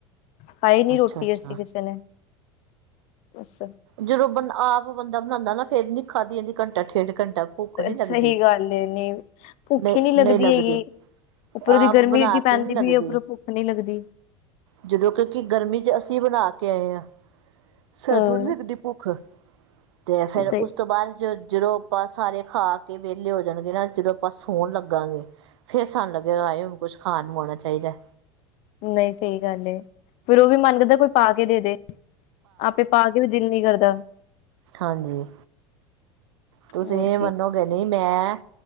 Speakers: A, on the left (about 50°); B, on the right (about 75°).
A: ਖਾਈ ਨੀ
B: ਅੱਛਾ
A: ਰੋਟੀ
B: ਅੱਛਾ
A: ਅਸੀਂ ਕਿਸੇ ਨੇ, ਬਸ।
B: ਜਦੋਂ ਬੰਦ ਆਪ ਬੰਦਾ ਬਣਾਦਾਂ ਨਾ ਫੇਰ ਨੀ ਖਾਧੀ ਜਾਂਦੀ ਘੰਟਾ ਡੇੜ ਘੰਟਾ ਭੁੱਖ ਨੀ ਲੱਗਦੀ,
A: ਸਹੀ ਗੱਲ ਏ ਨੀ ਭੁੱਖ
B: ਨਈ-ਨਈ
A: ਹੀ ਨੀ
B: ਲੱਗਦੀ।
A: ਹੈਗੀ ਉੱਪਰੋਂ
B: ਆਪ
A: ਦੀ ਗਰਮੀ
B: ਬਣਾ
A: ਏਡੀ ਪੈਂਦੀ
B: ਕੇ ਨੀ ਲੱਗਦੀ
A: ਪੀ ਏ, ਉਪਰੋਂ ਭੁੱਖ ਨੀ ਲੱਗਦੀ।
B: ਜਦੋਂ ਕਿਉਂਕਿ ਗਰਮੀ 'ਚ ਅਸੀਂ ਬਣਾ ਕੇ ਆਏ ਹਾਂ ਸਾਨੂੰ
A: ਹੂੰ
B: ਨਹੀ ਲਗਦੀ। ਭੁੱਖ ਤੇ ਫਿਰ
A: ਸਹੀ
B: ਉਸ ਤੋਂ ਬਾਅਦ ਜਦੋਂ ਆਪਾਂ ਸਾਰੇ ਖਾ ਕੇ ਵੇ ਲੇ ਹੋ ਜਾਣਗੇ ਨਾ ਜਦੋਂ ਆਪਾਂ ਸੋਣ ਲੱਗਾਗੇ ਫੇਰ ਸਾਨੂੰ ਲੱਗੇਗਾ ਆਏ ਹੁਣ ਕੁਛ ਖਾਣ ਨੂੰ ਆਉਣਾ ਚਾਹੀਦਾ।
A: ਨਹੀਂ ਸਹੀ ਗੱਲ ਏ ਫਿਰ ਉਹ ਵੀ ਮਨ ਕਰਦਾ ਕੋਈ ਪਾ ਕੇ ਦੇ ਦੇ। ਆਪੇ ਪਾ ਕੇ ਵੀ ਦਿਲ ਨਹੀਂ ਕਰਦਾ।
B: ਹਾਂਜੀ ਤੁਸੀਂ
A: ਹੋਰ
B: ਇਹ
A: ਕੀ
B: ਮੰਨੋ ਮੈ ਨਹੀਂ ਮੈਂ